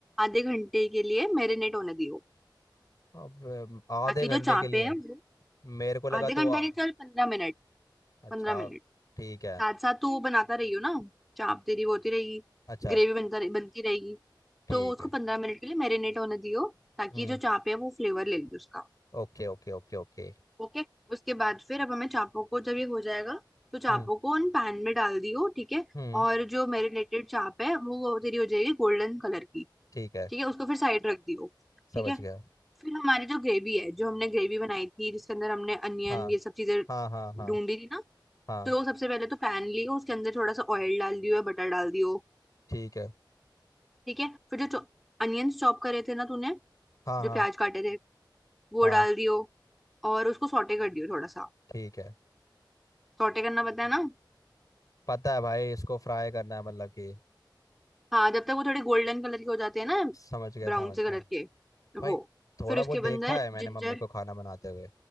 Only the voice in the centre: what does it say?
आधे घंटे के लिए मैरिनेट होने दियो
ताकि
जो चापे
हैं वो
आधे
घंटा
नहीं चल पंद्रह मिनट
पंद्रह मिनट
साथ साथ तू वो बनाता रहियो ना चाप तेरी वो होती रहेगी
ग्रेवी बनता रहे- बनती रहेगी
तो उसको
पंद्रह मिनट के लिए मैरिनेट होने दियो ताकि
जो चापे है वो फ्लेवर ले ले उसका
ओके उसके बाद फिर अब हमें चापों को जब ये हो जाएगा तो चापों
को उन पैन में डाल दियो ठीक है
और जो मैरिनेटेड चाप है वो वो तेरी हो जाएगी गोल्डन कलर की
ठीक है उसको फिर साइड रख दियो ठीक
है
फिर हमारी जो ग्रेवी है जो हमने ग्रेवी बनाई थी जिसके अंदर हमने अनियन
ये सब चीजें
ढूंढी थी ना
तो सबसे पहले तो पैन लियो उसके अंदर थोड़ा सा ऑयल डाल दियो या बटर डाल दियो
ठीक है फिर जो अनियंस चॉप करे थे ना तूने
जो प्याज काटे थे वो
डाल दियो और उसको सॉटे कर दियो थोड़ा सा
सॉटे करना पता है ना
हाँ जब तक वो थोड़े गोल्डन कलर के हो जाते हैं ना
ब्राउन
से
कलर के
वो
फिर उसके
अंदर
जिंजर